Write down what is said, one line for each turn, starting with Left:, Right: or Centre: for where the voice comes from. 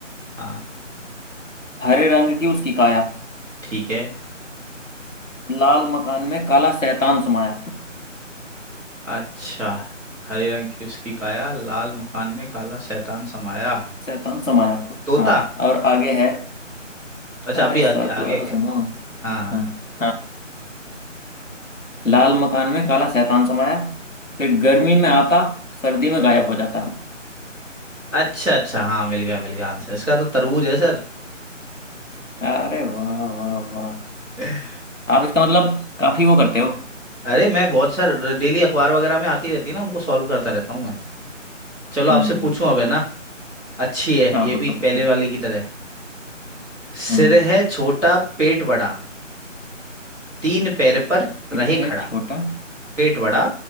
Centre: हाँ
Left: हरे रंग की उसकी काया
Centre: ठीक है
Left: लाल मकान में काला शैतान समाया
Centre: अच्छा हरे रंग की उसकी काया लाल मकान में काला शैतान समाया
Left: शैतान समाया
Centre: तोता
Left: हाँ और आगे है
Centre: अच्छा
Left: अरे
Centre: अभी आ,
Left: सर
Centre: आ
Left: पूरा
Centre: गया
Left: तो
Centre: क्या
Left: सुनो
Centre: हाँ हाँ
Left: हाँ
Centre: हाँ
Left: हाँ लाल मकान में काला शैतान समाया फिर गर्मी में आता सर्दी में गायब हो जाता
Centre: अच्छा अच्छा हाँ मिल गया मिल गया आंसर इसका तो तरबूज है सर
Left: अरे वाह वाह वाह
Centre: <laughs>
Left: आप इसका मतलब काफी वो करते हो
Centre: अरे मैं बहुत सारे डेली अखबार वगैरह में आती रहती है ना उनको सॉल्व करता रहता हूँ मैं चलो आपसे
Left: हम्म
Centre: पूछूं अब है ना अच्छी है
Left: हाँ
Centre: ये
Left: पूछो
Centre: भी
Left: पूछो
Centre: पहले वाली की तरह सिर
Left: हम्म
Centre: है छोटा पेट बड़ा तीन पैर पर रहे
Left: फिर है
Centre: खड़ा
Left: छोटा
Centre: पेट बड़ा